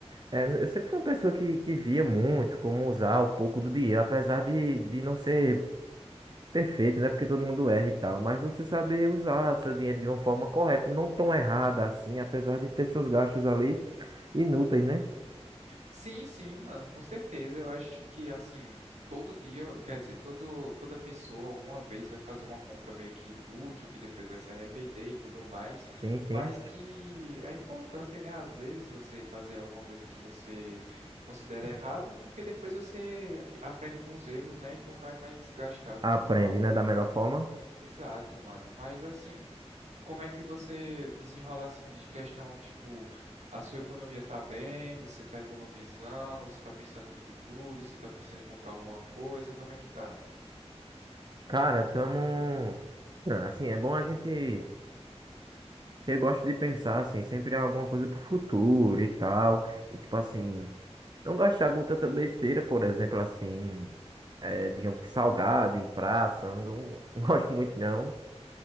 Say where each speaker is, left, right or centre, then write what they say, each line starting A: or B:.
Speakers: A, on the right; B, on the right.
A: É, eu sempre fui uma pessoa que, que via muito como usar um pouco do dinheiro, apesar de, de não ser perfeito, né? Porque todo mundo erra e tal. Mas você saber usar o seu dinheiro de uma forma correta, não tão errada assim, apesar de ter seus gastos ali inúteis, né?
B: Sim, sim, mano, com certeza. Eu acho que, assim, todo dia, quer dizer, todo, toda pessoa alguma vez vai fazer uma compra meio que inútil, que depois vai se arrepender e tudo mais,
A: Sim, sim.
B: mas que é importante, né? Às vezes você fazer alguma coisa que você considera errado, porque depois você aprende com os erros, né? E não vai mais gastar
A: Aprende,
B: com algo
A: né, da melhor forma.
B: exato, mano. Mas, assim. como é que você desenrola assim de questão, tipo, a sua economia tá bem, você tá economizando, você tá pensando no futuro, você tá pensando em comprar alguma coisa, como é que tá?
A: Cara, tamo. Ah, Assim, é bom a gente. Eu gosto de pensar, assim, sempre em alguma coisa pro futuro e tal. E, tipo assim, não gastar com tanta besteira, por exemplo, assim, é, digamos que salgado em praça. Não, não <laughs> não gosto muito, não.